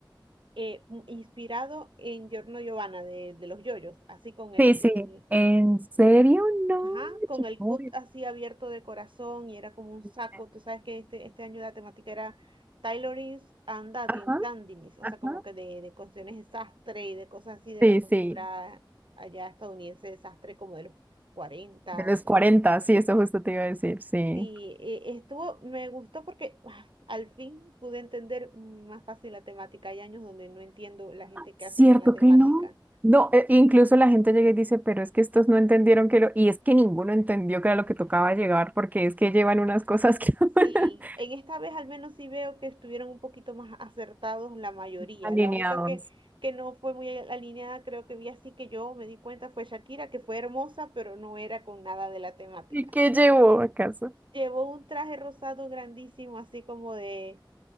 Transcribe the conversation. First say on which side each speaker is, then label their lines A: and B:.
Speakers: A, on the right; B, on the right.
A: eh, mm, inspirado en Giorno Giovanna de, de los yoyos, así con el,
B: Sí, sí.
A: el-
B: ¿En serio? No.
A: ajá, con
B: yo
A: el
B: no
A: cut
B: voy a
A: así abierto de corazón y era como un
B: pensar.
A: saco. Tú sabes que este, este año la temática era tailorings and dandin-
B: Ajá,
A: dandinis, o
B: ajá.
A: sea, como que de, de cuestiones de sastre y de cosas así de
B: Sí,
A: la cultura
B: sí.
A: allá estadounidense de sastre como de los 40,
B: De los 40, sí, eso justo te iba a decir, sí.
A: Sí, e- estuvo, me gustó porque ah, al fin pude entender más fácil la temática. Hay años donde no entiendo la gente que
B: Cierto
A: hace con la temática.
B: que no. No, e- incluso la gente llega y dice, pero es que estos no entendieron que lo... Y es que ninguno entendió que era lo que tocaba llegar, porque es que llevan unas cosas que <laughs>
A: Sí, en esta vez al menos sí veo que estuvieron un poquito más acertados la mayoría.
B: alineados.
A: La única que, que no fue muy alineada, creo que vi así que yo me di cuenta, fue Shakira, que fue hermosa, pero no era con nada de la temática.
B: ¿Y qué llevó acaso?
A: Llevó un traje rosado grandísimo, así como de